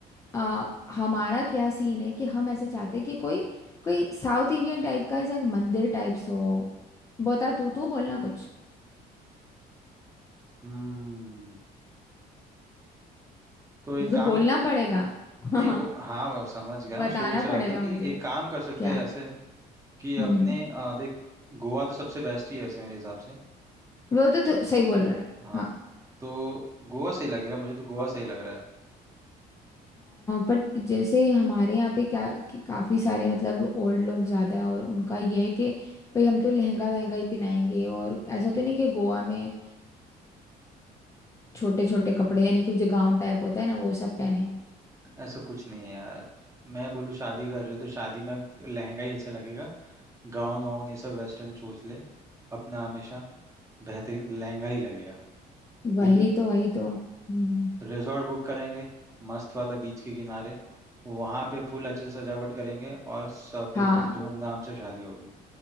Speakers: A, on the left; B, on the right.
A: अ, हमारा क्या सीन है कि हम ऐसे चाहते हैं कि कोई कोई साउथ इंडियन टाइप का ऐसा मंदिर टाइप्स हो बता तू तू बोलना कुछ
B: हम्म, तो एक
A: मुझे
B: काम
A: बोलना पड़ेगा <laughs>
B: नहीं वो हाँ वो समझ गया
A: बताना
B: मैं सोच रहा
A: पड़ेगा
B: था कि
A: मुझे
B: एक काम कर सकते
A: क्या
B: हैं ऐसे कि
A: हम्म
B: अपने अ, देख गोवा तो सबसे बेस्ट ही है ऐसे मेरे हिसाब से
A: वो तो, तो सही बोल रहा है
B: हाँ
A: हाँ।
B: तो गोवा सही लगेगा मुझे तो गोवा सही लग रहा
A: बट जैसे हमारे यहाँ पे क्या कि काफ़ी सारे मतलब ओल्ड लोग ज़्यादा हैं और उनका ये है कि भाई हम तो लहंगा वहंगा ही पहनाएंगे और ऐसा तो नहीं
B: है
A: कि गोवा में छोटे छोटे कपड़े यानी कि जो गाउन टाइप होता है ना वो सब पहने
B: ऐसा कुछ नहीं है यार मैं बोलूँ शादी कर रहे हो तो शादी में लहंगा ही अच्छा लगेगा गाउन वाउन ये सब वेस्टर्न चूज ले अपना हमेशा बेहतरीन लहंगा ही लगेगा
A: वही
B: ठीक है
A: तो वही तो हम्म
B: रिजॉर्ट बुक करेंगे मस्त वाला बीच के किनारे वहाँ पे फुल अच्छे से सजावट करेंगे और सब
A: हाँ
B: एकदम धूमधाम से शादी होगी